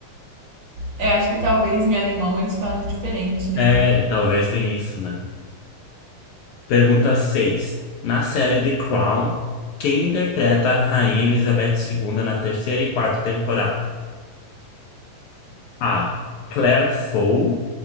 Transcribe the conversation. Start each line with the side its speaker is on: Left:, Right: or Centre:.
Right: Eu acho que talvez em alemão eles falam diferente, né?
Left: É, talvez tenha isso, né? Pergunta seis Na série The Crown, quem interpreta a Rainha Elizabeth II na terceira e quarta temporada? A. Claire Foy.